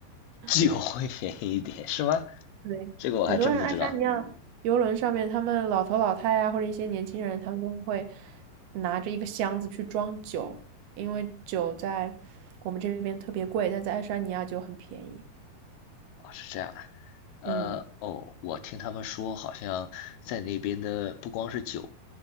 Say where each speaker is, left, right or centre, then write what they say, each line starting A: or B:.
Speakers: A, on the left; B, on the right.
A: <laughs> 既会便宜一点是吗？
B: <laughs> 对，
A: 这个我还真不知道。
B: 很多人爱沙尼亚游轮上面，他们老头老太呀、或者一些年轻人，他们都会拿着一个箱子去装酒，因为酒在我们这边特别贵，但在爱沙尼亚就很便宜。
A: 哦，是这样的，呃，
B: 嗯，
A: 哦，我听他们说，好像在那边的不光是酒，